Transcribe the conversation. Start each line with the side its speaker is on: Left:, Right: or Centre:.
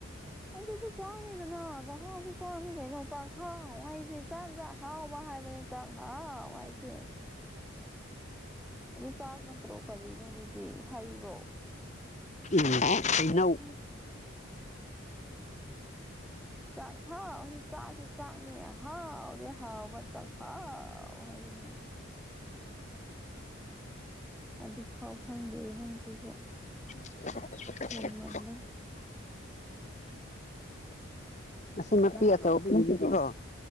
Centre: ꯁꯤꯁꯨ ꯆꯥꯡꯅꯤꯗꯅ ꯆꯥꯛꯍꯥꯎꯁꯨ ꯆꯥꯡꯅꯤ ꯀꯩꯅꯣ ꯆꯥꯛꯍꯥꯎ ꯍꯥꯏꯁꯦ ꯆꯥꯛꯇ ꯑꯍꯥꯎꯕ ꯍꯥꯏꯕꯅꯤ ꯍꯨꯝ ꯆꯥꯛꯍꯥꯎ ꯍꯥꯏꯁꯦ ꯑꯗꯨ ꯆꯥꯛ ꯅꯠꯇ꯭ꯔꯣ ꯀꯔꯤꯅꯣ ꯑꯗꯨꯗꯤ ꯍꯩꯔꯣ
Left: ꯎꯝ ꯍꯩꯅꯧ
Centre: ꯎꯝ ꯆꯥꯛꯍꯥꯎ ꯍꯥꯏꯗꯤ ꯆꯥꯛꯇꯤ ꯆꯥꯛꯅꯤ ꯑꯍꯥꯎꯗꯤ ꯍꯥꯎꯕ ꯆꯥꯛꯍꯥꯎ ꯍꯥꯏꯕ <unintelligible> ꯑꯗꯨ ꯐꯥꯎ ꯈꯪꯗꯦ ꯅꯪꯁꯤꯁꯨ
Left: <unintelligible>
Centre: ꯍꯦꯟꯃꯜꯂꯦ
Left: ꯅꯆꯟꯅꯨꯄꯤ
Centre: ꯅꯠꯇꯔꯣ
Left: ꯑꯆꯧꯕꯤꯝꯗꯨꯒꯤꯔꯣ